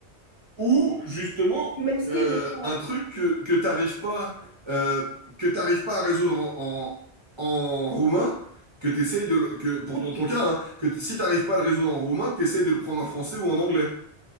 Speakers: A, on the right (about 30°); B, on the left (about 60°).
A: Ou justement,
B: Du même style,
A: euh,
B: mais différent.
A: un truc que, que t'arrives pas, euh, que t'arrives pas à résoudre en, en, en roumain, que t'essayes de le- que, pour dans ton cas, hein, que t- si t'arrives pas à le résoudre en roumain, que t'essayes de le prendre en français ou en anglais.